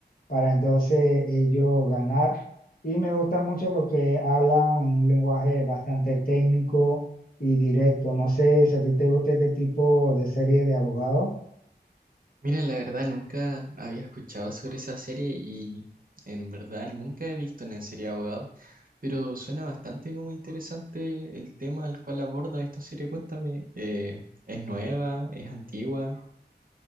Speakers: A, on the left; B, on the right.
A: para entonces ellos ganar. Y me gusta mucho porque hablan en un lenguaje bastante técnico y directo. No sé si a ti te gusta este tipo de serie de abogados.
B: Mira, la verdad nunca había escuchado sobre esa serie y en verdad nunca he visto una serie de abogados, pero suena bastante como interesante el tema al cual aborda esta serie. Cuéntame, eh, ¿es nueva? ¿Es antigua?